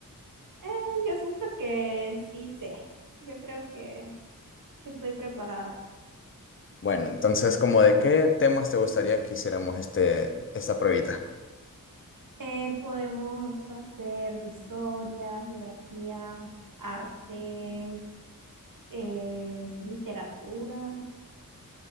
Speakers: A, on the right; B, on the left.
A: Eh, yo siento que sí sé. Yo creo que, que estoy preparada.
B: Bueno, entonces, ¿como de qué temas te gustaría que hiciéramos este, esta pruebita?
A: Eh, podemos hacer de historia, geografía, arte, eh, literatura.